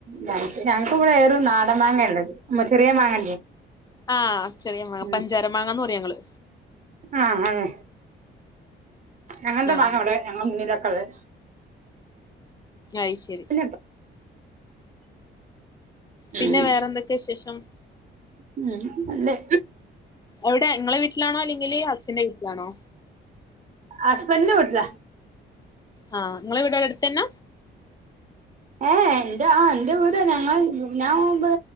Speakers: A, on the right; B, on the left.
A: ഞങ്‌ക് ഞങ്‌ക്ക് വടേറും നാടംമാങ്ങേ ള്ളത്. മ ചെറ്യേ മാങ്ങ
B: ആഹ് ചെറിയ മാങ്ങ
A: ഉം
B: പഞ്ചാര മാങ്ങന്ന് പറയും ഞങ്ങള്
A: ആഹ് ആഹ് അങ്ങൻത്തെ
B: ആഹ്
A: സാധനാ വിടെ ഞങ്ങളെ മുന്നിലൊക്കെള്ളെ
B: അയ് ശെരി
A: <unintelligible> ഉം
B: പിന്നെ വേറെന്തൊക്കെ വിശേഷം?
A: ഉം നല്ലേ
B: എവിടെ ങ്ങളെ വീട്ടിലാണോ? അല്ലെങ്കി ഹസ്സിന്റെ വീട്ടിലാണോ?
A: ഹുസ്ബൻ്റിൻ്റെ വീട്ടിലാ
B: ആ ങ്ങളെ വീടോടെ അടുത്തന്ന
A: ഏഹ് ന്റെ ആ ൻ്റെ വീട് ഞങ്ങള് ഞാ മുമ്പ്